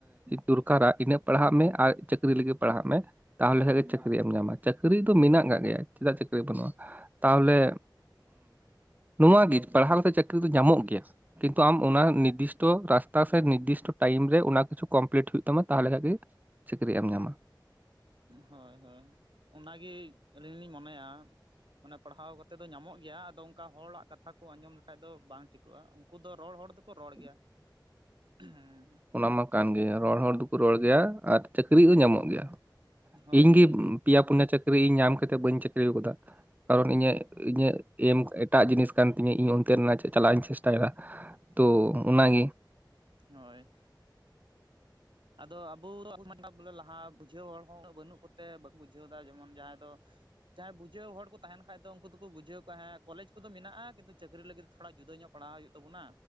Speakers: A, on the right; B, on the right.
A: ᱫᱚᱨᱠᱟᱨᱟ ᱤᱱᱟᱹᱜ ᱯᱟᱲᱦᱟᱜ ᱢᱮ ᱟᱨ ᱪᱟᱠ ᱪᱟᱹᱠᱨᱤ ᱞᱟᱹᱜᱤᱫ ᱯᱟᱲᱦᱟᱜ ᱢᱮ ᱛᱟᱦᱞᱮ ᱠᱷᱟᱡ‌ ᱜᱮ ᱪᱟᱹᱠᱨᱤ ᱮᱢ ᱧᱟᱢᱟ ᱪᱟᱹᱠᱨᱤ ᱫᱚ ᱢᱮᱱᱟᱜ ᱠᱟᱜ ᱜᱮᱭᱟ ᱪᱮᱫᱟᱜ ᱪᱟᱹᱠᱨᱤ ᱵᱟᱹᱱᱩᱜᱼᱟ ᱛᱟᱦᱞᱮ ᱱᱚᱣᱟᱣᱟᱜᱮ ᱯᱟᱲᱦᱟᱣ ᱠᱟᱛᱮ ᱪᱟᱹᱠᱨᱤ ᱫᱚ ᱧᱟᱢᱚᱜ ᱜᱮᱭᱟ ᱠᱤᱱᱛᱩ ᱟᱢ ᱚᱱᱟ ᱱᱤᱨᱫᱤᱥᱴᱚ ᱨᱟᱥᱛᱟ ᱥᱮ ᱱᱤᱨᱫᱤᱥᱴᱚ ᱴᱟᱭᱤᱢ ᱨᱮ ᱚᱱᱟ ᱠᱤᱪᱷᱩ ᱠᱚᱢᱯᱤᱞᱴ ᱦᱩᱭᱩᱜ ᱛᱟᱢᱟ ᱛᱟᱦᱞᱮ ᱠᱷᱟᱱ ᱜᱮ ᱪᱟᱹᱠᱨᱤ ᱮᱢ ᱧᱟᱢᱟ
B: ᱦᱳᱭ ᱦᱳᱭ, ᱚᱱᱟᱜᱮ ᱟᱹᱞᱤᱧ ᱦᱚᱞᱤᱧ ᱢᱚᱱᱮᱭᱟ ᱚᱱᱮ ᱯᱟᱲᱦᱟᱣ ᱠᱟᱛᱮᱜ ᱫᱚ ᱧᱟᱢᱚᱜ ᱜᱮᱭᱟ ᱟᱫᱚ ᱚᱝᱠᱟ ᱦᱚᱲᱟᱜ ᱠᱟᱛᱷᱟ ᱠᱚ ᱟᱸᱡᱚᱢ ᱞᱮᱠᱷᱟᱡ ᱫᱚ ᱵᱟᱝ ᱴᱷᱤᱠᱚᱜᱼᱟ, ᱩᱝᱠᱩ ᱫᱚ ᱨᱚᱲ ᱦᱚᱲ ᱫᱚᱠᱚ ᱨᱚᱲ ᱜᱮᱭᱟ,
A: <inaudible>
B: ᱦᱮᱸ
A: ᱚᱱᱟ ᱢᱟ ᱠᱟᱱ ᱜᱮ, ᱨᱚᱲ ᱦᱚᱲ ᱫᱚᱠᱚ ᱨᱚᱲ ᱜᱮᱭᱟ ᱟᱨ ᱪᱟᱹᱠᱨᱤ ᱧᱟᱢᱚᱜ ᱜᱮᱭᱟ,
B: ᱦᱳᱭ
A: ᱤᱧ ᱜᱮ
B: ᱦᱳᱭ ᱦᱳᱭ
A: ᱯᱮᱭᱟ ᱯᱩᱱᱮᱭᱟ ᱪᱟᱹᱠᱨᱤ ᱤᱧ ᱧᱟᱢ ᱠᱟᱛᱮᱫ ᱵᱟᱹᱧ ᱪᱟᱹᱠᱨᱤ ᱚᱠᱟᱫᱟ ᱠᱟᱨᱚᱱ ᱤᱧᱟᱹᱜ ᱤᱧᱟᱹᱜ ᱮᱢ ᱮᱴᱟᱜ ᱡᱤᱱᱤᱥ ᱠᱟᱱ ᱛᱤᱧᱟᱹ ᱤᱧ ᱚᱱᱛᱮ ᱨᱮᱱᱟᱜ ᱪᱟᱞᱟᱜ ᱤᱧ ᱪᱮᱥᱴᱟᱭᱮᱫᱟ ᱛᱚ ᱚᱱᱟᱜᱮ,
B: ᱦᱳᱭ, ᱟᱫᱚ ᱟᱵᱚ <unintelligible> ᱵᱚᱞᱮ ᱞᱟᱦᱟ ᱵᱩᱡᱷᱟᱹᱣ ᱦᱚᱲ ᱦᱚᱸ ᱵᱟᱹᱱᱩᱜ ᱠᱚᱛᱮ ᱵᱟᱠᱚ ᱵᱩᱡᱷᱟᱹᱣ ᱫᱟ ᱡᱮᱢᱚᱱ ᱡᱟᱦᱟᱸᱭ ᱫᱚ ᱡᱟᱦᱟᱸᱭ ᱵᱩᱡᱷᱟᱹᱣ ᱦᱚᱲ ᱠᱚ ᱛᱟᱦᱮᱱ ᱠᱷᱟᱡ ᱫᱚ ᱩᱝᱠᱩ ᱫᱚ ᱠᱚ ᱵᱩᱡᱷᱟᱹᱣ ᱠᱚᱣᱟ ᱡᱮ ᱠᱚᱞᱮᱡᱽ ᱠᱚᱫᱚ ᱢᱮᱱᱟᱜᱼᱟ, ᱠᱤᱱᱛᱩ ᱪᱟᱹᱠᱨᱤ ᱞᱟᱹᱜᱤᱫ ᱛᱷᱚᱲᱟ ᱡᱩᱫᱟᱹ ᱧᱚᱜ ᱯᱟᱲᱦᱟᱣ ᱦᱩᱭᱩᱜ ᱛᱟᱵᱚᱱᱟ